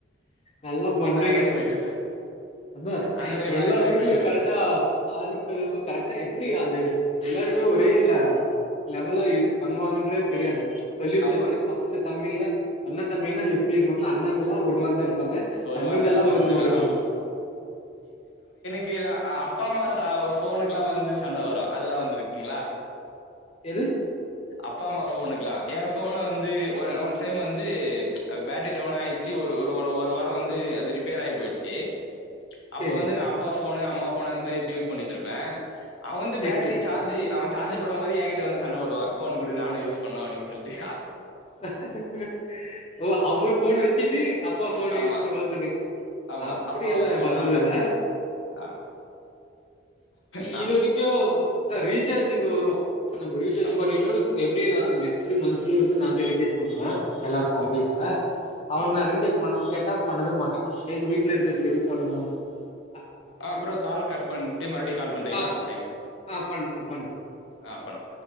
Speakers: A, on the left; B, on the left.
A: நல்லா பண்றீங்க
B: மாறி போயிட்ருக்கு
A: அதா
B: அந்த மாரி
A: எல்லா
B: மாறி மாறி
A: வீட்லயும்
B: போயிட்ருக்கு
A: கரெக்டா அதுக்கு தகுந்த மாறி கரெக் ட்டா எப்டியா அது எல்லாருமே ஒரே ல லெவலா இரு பண்ணுவாங்கன்றதே தெரியாது சொல்லி வச்ச
B: ஆமா
A: மாரி பசங்க தம்பிங்க அண்ண தம்பிகனா எப்டி இருப்பாங்களா நாங்களாம் ஒரு ஒரு மாரிதான் இருப்பாங்க
B: ஒரு
A: தம்பிங்கல்லாம்
B: மாரிதான் இருப்பாங்க
A: ஒருமார்ருப்பாங்க
B: தமிழ் ஆமா <unintelligible> ஹ அப்பா அம்மா ச போனுக்குல்லாம் வந்து சண்ட வரும் அதெல்லாம் வந்து இருக்குங்களா
A: ஏது
B: அப்பா அம்மா போனுக்கலாம் என் போனு வந்து ஒ ஒன் டைம் வந்து பேட்டரி டவுன் ஆயிடுச்சு ஒரு ஒ ஒரு வாரம் வந்து அது ரிப்பேர் ஆயி போயிடுச்சு அப்ப
A: செரி
B: வந்து நான் அப்பா ஃபோன்னு அம்மா ஃபோன்னு அது மாரி எடுத்து யூஸ் பண்ணிட்ருப்பேன் அவந்து
A: செரி
B: பேட்டரி
A: செரி
B: சார்ஜ் அவன் சார்ஜ் போடும் போது என்கிட்ட வந்து சண்டபோடுவான் போன் குடு நானும்யூஸ் பண்ணு அப்டின் சொல்லிட்டு
A: <unintelligible> ஓ அவரு போன் வச்சுட்டு அ அப்பா போன்
B: ஆமா
A: யூஸ் பண்றதுக்கு
B: ஆமா
A: அப்டி
B: அப்பா
A: எல்லாம்
B: ஃபோனு
A: வந்தது
B: அம்மா
A: இல்ல
B: ஃபோ ஆ நா
A: இது வரைக்கும் அதான் ரீசார்ஜுக்கு வரும் நம்ம ரீசார்ஜ்
B: ஆமா
A: பண்ணிட்டோனு வச்சுக் எப்டி எப்டி மந்த்லி வந்து நாங்க ரிச்சார்ஜ் போடணுமா எல்லாருக்கும்
B: ஆ
A: வீட்ல அவனுக்கு
B: ம்
A: ரீசார்ஜ் பண்ணும் கே பண்ணவே மாட்டேன் எதுக்கு வீட்டுல இருக்கிறதுக்கு எதுக்கு பன்ணும்
B: அப்பறம் கால் கட் பண்ணிட்டு மறுபடி கால் பண்றீங்களா
A: அப்ப
B: டைம்
A: ஆ. பண் பண்றேன்.
B: ஆ பண்ணு